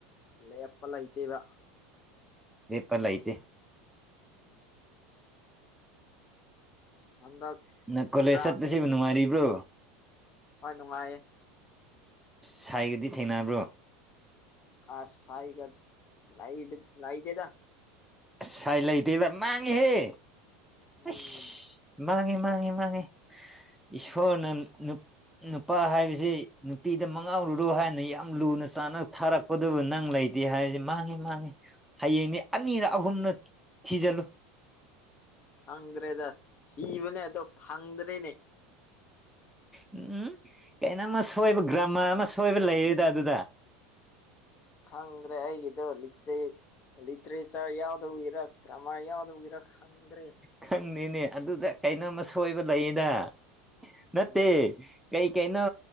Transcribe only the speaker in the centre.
ꯂꯦꯞꯄ ꯂꯩꯇꯦ
ꯅꯪ ꯀꯣꯂꯦꯖ
ꯆꯠꯄꯁꯤꯕꯨ ꯅꯨꯡꯉꯥꯏꯔꯤꯕ꯭ꯔꯣ
ꯁꯥꯏꯒꯗꯤ ꯊꯦꯡꯅꯕ꯭ꯔꯣ
ꯑꯁ ꯁꯥꯏ ꯂꯩꯇꯦꯕ ꯃꯥꯡꯉꯦꯍꯦ
ꯏꯁ ꯃꯥꯡꯉꯦ ꯃꯥꯥꯡꯉꯦ ꯃꯥꯡꯉꯦ ꯏꯁꯁꯣꯔꯅ ꯅꯨ ꯅꯨꯄꯥ ꯍꯥꯏꯕꯁꯤ ꯅꯨꯄꯤꯗ ꯃꯉꯥꯎꯔꯨꯔꯣ ꯍꯥꯏꯅ ꯌꯥꯝ ꯂꯨꯅ ꯆꯥꯟꯅ ꯊꯥꯔꯛ ꯑꯗꯨꯕꯨ ꯅꯪ ꯂꯩꯇꯦ ꯍꯥꯏꯔꯤꯁꯤ ꯃꯥꯡꯉꯤ ꯃꯥꯡꯉꯤ ꯍꯌꯦꯡꯅꯤ ꯑꯅꯤꯔ ꯑꯍꯨꯝꯂꯥ ꯊꯤꯖꯤꯜꯂꯨ
ꯎꯝ ꯀꯩꯅꯣꯝꯃ ꯁꯣꯏꯕ ꯒ꯭ꯔꯃꯥ ꯑꯃ ꯁꯣꯏꯕ ꯂꯩꯌꯦꯗ ꯑꯗꯨꯗ
ꯈꯪꯗꯦꯅꯦ ꯑꯗꯨꯗ ꯀꯩꯅꯣꯝꯃ ꯁꯣꯏꯕ ꯂꯩꯌꯦꯗ ꯅꯠꯇꯦ
ꯀꯩ ꯀꯩꯅꯣ